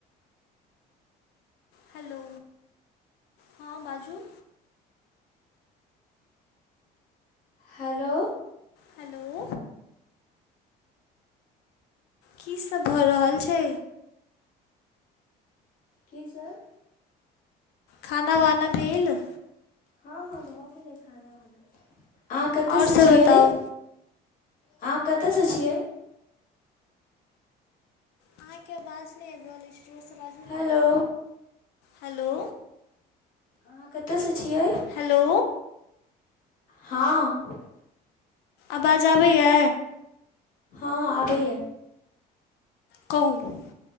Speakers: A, on the left (about 75°); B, on the left (about 55°).
A: हेलो हँ बाजू।
B: हेलो।
A: हेलो कीसब भऽ रहल छै?
B: की सब
A: खाना वाना भेल?
B: हँ हँ भऽ गेलै खाना वाना आहाँ कतऽ
A: आओर सभ
B: से छियै?
A: बताउ
B: आहाँ कतऽ से छियै?
A: आहाँके अबाज नै आयब रहल अइछ जोरसँ बाजियौ
B: हेलो
A: ने हेलो?
B: आहाँ कतऽ से छियै?
A: हेलो
B: हँ।
A: आबाज आबैया?
B: हँ आबैया।
A: कहू?